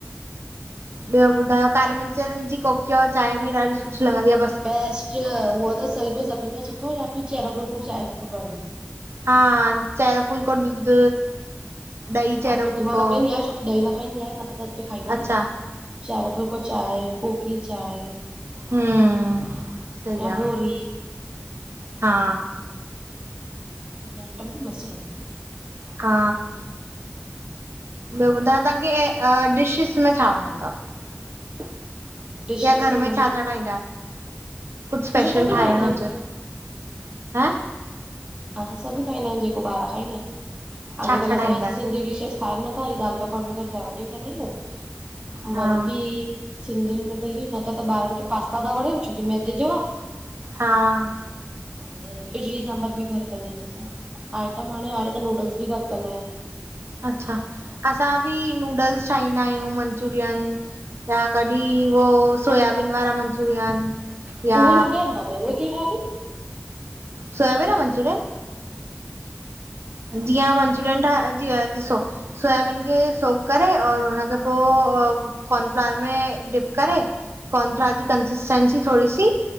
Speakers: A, on the right (about 70°); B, on the right (about 20°).
A: ॿियो, ॿुधाय कारी मिरचरन, जी कोकी आ चांहि, बि ॾाढी, सुठी लॻंदी आहे
B: बेस्ट! उहो त सहई, में सभिनि खां सुठो, या त चहिरो फुलको, चांहि बि वणंदो
A: हा, चायर फुलको, ॾुध ॾही चहिरो
B: ॾुध,
A: फुलको,
B: मा न पियंदी, आहियां छो ॾही न खाईंदी आहियां। न त त हिते खाईंदा आहिनि,
A: अच्छा।
B: चहिरो फुल्को, चांहिं कोकी, चांहिं
A: हम, सही आ,
B: भोरी
A: हा
B: इहो, आइटम बि मस्त लॻंदुई
A: हा, ॿियो ॿुधायो, तव्हांखे आ ठाहिण में छा वणदो अथव आ?
B: डिशेस
A: या घर में
B: बोलो
A: छा छा,
B: त
A: ठाहींदा, आहियो? कुझु,
B: असां
A: सुठो
B: सभु
A: ठाहिणो
B: ठाहींदा आहियूं
A: हुजे ह
B: असां सभु ठ ईंदा आहियूं जेको ॿार खाईंदा, आहिनि,
A: छा
B: अॼुकल्ह
A: छा ठाहींदा
B: त हूं
A: आहियो?
B: सिंधी अलग खाइनि, नथा ही दाल पकवान, अगर घर में ई कंदा आहियूं,
A: हा,
B: वरी बि सिंधियुनि, में त इहो, ई न त त ॿारनि, खे पास्ता ता वणेन, छोकी मैदे जो आ,
A: हा।
B: और इडली सांभर बि। घर कंदा आयूं असां, आइटम हाणे हाणे त नूडल्स बि घर कंदा आयूं।
A: अच्छा, असां बि नूडल्स ठाहींदायूं, मंचूरियन या कॾी वो, सोयाबीन वारा मंचूरियन। या,
B: उहे न कीअं ठाहींदा आहियूं, उहे कीअं ठाहिबी?
A: सोयाबीन वारा मंचूरियन?
B: हा
A: जीअं मंचूरियन ठायां, जी ॾिसो। सोयाबीन खे सोक करे, और उनखे पो कॉर्नफ्लॉर में डिप करे, कोर्नफ्लॉर
B: हा
A: जी कंसिस्टेंसी थोड़ी सी,